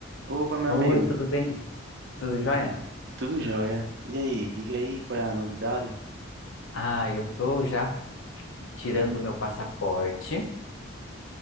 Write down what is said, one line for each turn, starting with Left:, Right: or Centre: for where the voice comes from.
Right: Opa, meu
Left: Oi,
Right: amigo,
Left: tudo bem? Tudo jóia?
Right: tudo jóia? E aí, diga aí qual é a novidade?
Left: Ah, eu tô já tirando o meu passaporte.